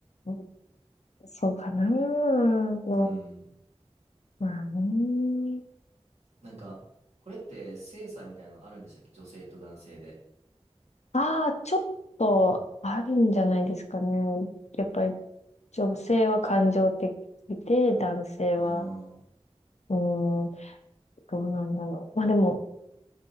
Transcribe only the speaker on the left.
うん、そうかな。も
うまあね。
ああ、ちょっとあるんじゃないですかね。やっぱり女性は感情的で、男性は、
うーん、どうなんだろう。まあでも、